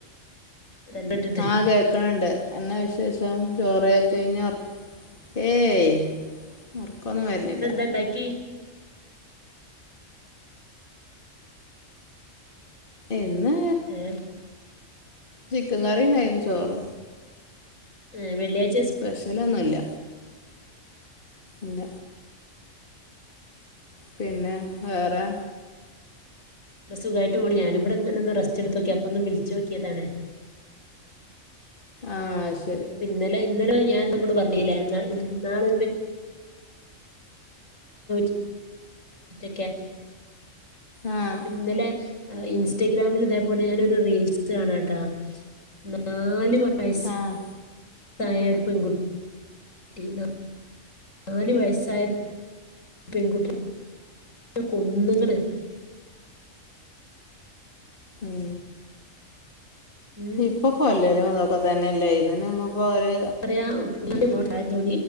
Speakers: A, on the left; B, on the left.
A: തന്നെ ഇട്ടിട്ട്
B: ആ കേക്കണ് ണ്ട് എന്നാ വിശേഷം? ചോറയ്ക്കെ കഴിഞ്ഞോ? ഏയ് ഓറ്ക്കൊന്നും വര്നില്ല.
A: ന്തെണ്ടാക്കി?
B: ഇന്ന്
A: ഏഹ്
B: ചിക്കൻ കറിണ്ടായിന് ചോറ്
A: ഉം. വെള്ളിയാഴ്
B: സ്പെഷ്യലൊന്നുല്ല. ഇല്ല. പിന്നെ വേറെ?.
A: സുഖായിട്ട് പോണ്. ഞാനും വടെങ്ങനെഒന്ന് റസ്റ്റ്ട്തൊക്യാ. അപ്പോ ഒന്ന് വിളിച്ച് നോക്കിയതാണ്.
B: ആഹാ ശ്
A: പിന്നലെ ഇന്നലെ ഞാൻ ന്ന്ന്നോട് പറഞ്ഞില്ലേന്നാളെ <unintelligible> <unintelligible>
B: ആഹ്
A: അപ്പൊ ഇന്നലെ ആഹാ ഇൻസ്റ്റാഗ്രാമില് തേപോലെ ഞാനൊരു റീൽസ് കാണാട്ടാ നാല് വയസ്
B: ആഹ
A: സായ ഒരു പെൺകുട്ടിന നാല് വയസ്സായ പെൺകുട്ടിനെ കൊന്ന്ക്കണ്.
B: ഉൂം
A: ഉം
B: ഇപ്പൊ കൊല്ലലു അതൊക്കെ തന്നെല്ലേ? ഇതിനൊന്നും പ്പോ ഒര്
A: <unintelligible> ണ്ടായതാണടൊ